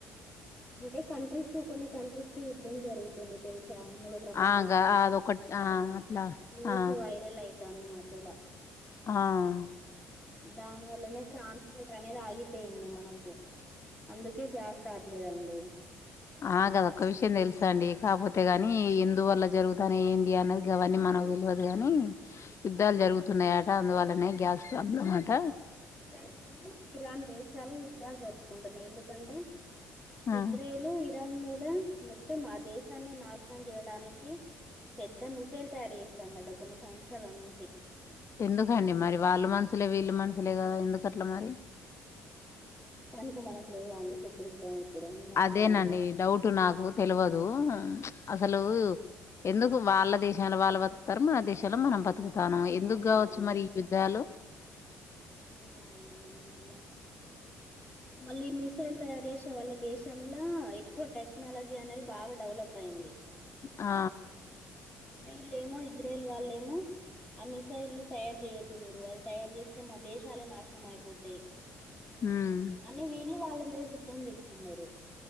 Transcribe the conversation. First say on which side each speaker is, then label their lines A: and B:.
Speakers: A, on the left; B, on the left.
A: అంటె కంట్రీస్ కు కొన్ని కంట్రీస్ కి యుద్దం జరుగుతుంది తెలుసు మూడో ప్రపంచ
B: ఆ
A: యుద్ధం
B: గా అదొకటి
A: జరుగుతుంది
B: ఆ
A: అని
B: అట్లా
A: న్యూస్
B: ఆ
A: వైరల్ అయి తాంది మధ్యలా
B: ఆ
A: దాని వల్లనె ట్రాన్స్పోర్ట్ అనేది ఆగిపోయింది మనకు అందుకే గ్యాస్ రా ఇట్లేదండి
B: ఆ గదా ఒక్క విషయం తెలుసా అండి కాకపోతే ని ఎందువల్ల జరుగుతనే ఏంటి అన్నది అవన్నీ మనకు తెలియదు కాగాని యుద్ధాలు జరుగుతున్నాయా అ అందువల్లనే గ్యాస్ ప్రాబ్లమ్ అంట
A: ఇజ్రాయల్ ఇరాన్ దేశాలు యుద్ధాలు జరుపుకుంటున్నాయి ఎందుకంటే
B: ఆ
A: ఇజ్రేలు ఇరాన్ మీేద లెర్న్ మొత్తం ఆ దేశాన్ని నాశనం చేయడానికి పెద్ద మిసైల్ తయారు చేస్తుందట కొన్ని సంవత్సరాల నుంచి
B: ఎందుకండి మరి వాళ్ళు మనుషులే వీళ్ళు మనుషులే కదా ఎందుకట్లా మరి
A: ఆ పాకిస్తాన్ కు మనకు లేవా అండి శత్రుత్వం ఇప్పుడు అట్లనే
B: అదేనండి
A: ఇగ
B: డౌట్ నాకు తెలవదు అసలు ఎందుకు వాళ్ళ దేశాలాలు వాళ్ళ బతుకుతారు మన దేశలో మనం బతుకు తను ఎందుకు
A: అవునవును
B: కావచ్చు మరి యుద్ధాలు
A: ఏమో అండి మళ్ళ మళ్ళీ మిసైల్ తయారు చేసే వాళ్ళ దేశంలా ఎక్కువ టెక్నాలజీ అనేది బాగా డెవలప్ అయింది
B: ఆ
A: వీళ్ళ ఏమో ఇజ్రాయల్ వాళ్ళేమో ఆ మిసైల్ తయారు చేయొద్దు మీరు అది తయారు చేస్తే మా దేశాలే నాశనం అయిపోతయి
B: ఉమ్
A: అని వీళ్ళు వాళ్ళ మీ సిద్ధం చేస్తున్నారు